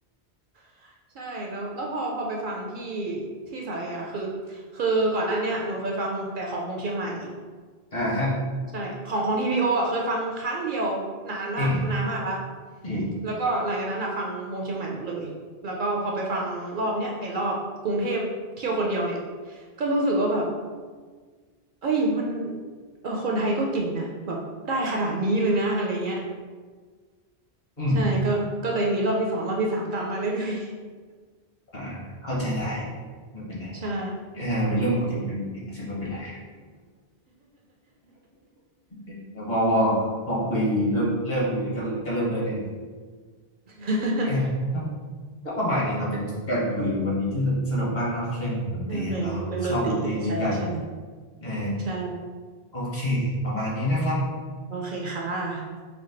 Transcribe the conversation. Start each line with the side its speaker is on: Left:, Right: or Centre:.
Right: <laughs> ใช่แล้วแล้วพอพอไปฟังที่ที่สารยาคือคือก่อนหน้าเนี้ยหนูเคยฟังแต่ของวงเชียงใหม่
Left: อ่าฮะ
Right: ใช่ของของทีพีโออ่ะเคยฟังครั้งเดียวนานละนานมากละ
Left: เออเออ
Right: แล้วก็หลังจากนั้นอ่ะฟังวงเชียงใหม่หมดเลยแล้วก็พอไปฟังรอบเนี้ยไอ้รอบกรุงเทพเที่ยวคนเดียวเนี่ยก็รู้สึกว่าแบบเอ้ยมันเออคนไทยก็เก่งนะแบบได้ขนาดนี้เลยนะอะไรเงี้ย
Left: อืม
Right: ใช่ก็ก็เลยมีรอบที่สองรอบที่สามตามมาเรื่อย
Left: อ่าเข้าใจได้ ไม่เป็นไร
Right: ๆ <laughs> ใช่
Left: เออเป็นเรื่องปกติเป็นเรื่องปกติไม่ใช่ไม่เป็นไร <laughs> พอพอพอคุยเริ่มเริ่มเลยก็ก็เริ่มเลยเรื่อง
Right: <laughs>
Left: เอ๊ะก็ประมาณนี้ครับ เป็นการคุยวันนี้ที่สนุกมากเนาะเรื่องดนตรีของเราชอบดนตรีเหมือนกัน
Right: โอเคเรื่องดนตรีใช่ใช่
Left: เออ
Right: ใช่
Left: โอเคประมาณนี้นะครับ
Right: โอเคค่ะ